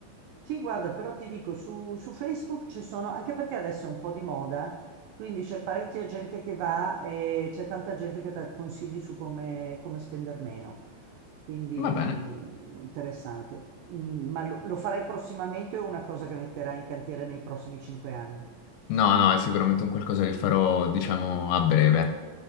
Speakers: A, on the right (about 80°); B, on the left (about 80°).
A: Sì, guarda, però ti dico, su, su Facebook ci sono, anche perché adesso è un po' di moda, quindi c'è parecchia gente che va e c'è tanta gente che dà consigli su come, come spendere meno. Quindi
B: Va bene.
A: mm, interessante. Mm, ma lo, lo farai prossimamente o è una cosa che metterai in cantiere nei prossimi cinque anni?
B: No, no, è sicuramente un qualcosa che farò, diciamo, a breve.